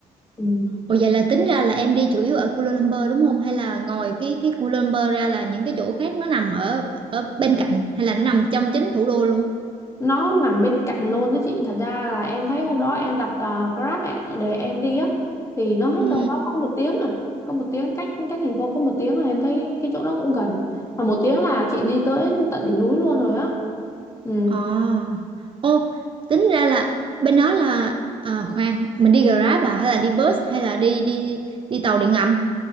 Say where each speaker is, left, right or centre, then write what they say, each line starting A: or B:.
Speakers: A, on the left (about 20°); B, on the right (about 40°).
A: Ừ.
B: Ủa vậy là tính ra là em đi chủ yếu ở Kuala Lumpur đúng không? Hay là ngoài cái cái Kuala Lumpur ra là những cái chỗ khác nó nằm ở ở bên cạnh hay là nó nằm trong chính thủ đô luôn?
A: nó nằm bên cạnh luôn đó chị thật ra là em thấy hôm đó em đặt ờ, Grab ạ, để em đi á thì nó hết
B: Ừ.
A: đâu đó có một tiếng à có một tiếng cách cách thành phố có một tiếng rồi em thấy cái chỗ đó cũng gần mà một tiếng là chị đi tới tận đỉnh núi luôn rồi á ừ
B: Ồ. Ô, tính ra là bên đó là à, khoan, mình đi Grab à hay là đi bus hay là đi đi đi tàu điện ngầm?